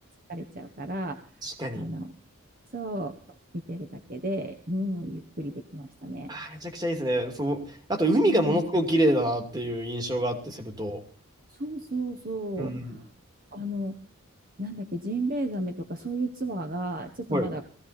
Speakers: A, on the right (about 40°); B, on the right (about 20°).
A: 疲れちゃうから、
B: 確かに。
A: あの、そう、見てるだけで、うん、ゆっくりできましたね。
B: あーめちゃくちゃいいですね。そう。あと、海がものすごく綺麗だなっていう印象があって、
A: うん、
B: セブ島。
A: そうそうそう。
B: うん。
A: あの、なんだっけ、ジンベエザメとかそういうツアーが、ちょっとまだ
B: はい。